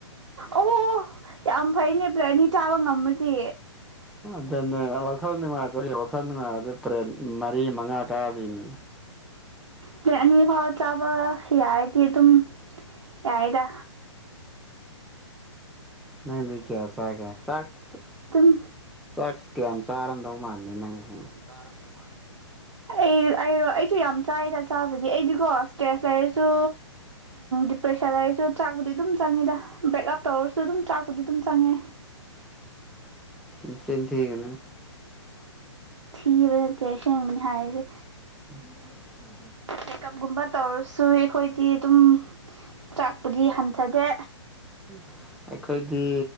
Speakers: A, on the right (about 65°); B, in the centre.
A: ꯑꯣ ꯌꯥꯝ ꯐꯩꯅꯦ ꯄ꯭ꯂꯦꯠ ꯑꯅꯤ ꯆꯥꯕ ꯉꯝꯃꯥꯗꯤ
B: ꯑꯥ ꯗꯅꯦ ꯋꯥꯈꯜ ꯅꯨꯡꯉꯥꯏꯇ꯭ꯔꯥꯗꯤ ꯋꯥꯈꯜ ꯅꯨꯡꯉꯥꯏꯔꯗꯤ ꯄ꯭ꯂꯦꯠ ꯃꯔꯤ ꯃꯉꯥ ꯀꯥꯗꯣꯏꯅꯤ꯫
A: ꯄ꯭ꯂꯦꯠ ꯑꯅꯤ ꯐꯥꯎ ꯆꯥꯕ ꯌꯥꯔꯗꯤ ꯑꯗꯨꯝ ꯌꯥꯏꯗ
B: ꯅꯪꯗꯤ ꯀꯌꯥ ꯆꯥꯒꯦ ꯆꯥꯛ ꯆ
A: ꯑꯗꯨꯝ
B: ꯆꯥꯛ ꯀꯌꯥꯝ ꯆꯥꯔꯝꯗꯧ ꯃꯥꯟ ꯗꯦ ꯅꯪꯗꯤ
A: ꯆꯥꯔꯝꯗꯧ ꯃꯥꯟꯗꯦ ꯅꯪꯗꯤ ꯑꯩ ꯑꯩꯔꯣ ꯑꯩꯁꯨ ꯌꯥꯝ ꯆꯥꯏꯗ ꯆꯥꯕꯗꯤ ꯑꯩꯗꯤꯀꯣ ꯁ꯭ꯇ꯭ꯔꯦꯁ ꯂꯩꯔꯁꯨ ꯗꯤꯄ꯭ꯔꯦꯁꯟ ꯂꯩꯔꯁꯨ ꯆꯥꯛꯕꯨꯗꯤ ꯑꯗꯨꯝ ꯆꯪꯉꯤꯗ ꯕ꯭ꯔꯦꯛꯑꯞ ꯇꯧꯔꯁꯨ ꯑꯗꯨꯝ ꯆꯥꯛꯄꯨꯗꯤ ꯑꯗꯨꯝ ꯆꯪꯉꯦ꯫
B: ꯅꯆꯤꯟ ꯊꯤꯒꯅꯨ
A: ꯊꯤꯕ ꯅꯠꯇꯦ ꯑꯁꯦꯡꯕꯅꯤ ꯍꯥꯏꯁꯦ
B: ꯎꯝ꯫
A: ꯃꯦꯀꯞꯒꯨꯝꯕ ꯇꯧꯔꯁꯨ ꯑꯩꯈꯣꯏꯗꯤ ꯑꯗꯨꯝ ꯆꯥꯛꯄꯨꯗꯤ ꯍꯟꯊꯥꯗꯦ
B: ꯎꯝ ꯑꯩꯈꯣꯏꯗꯤ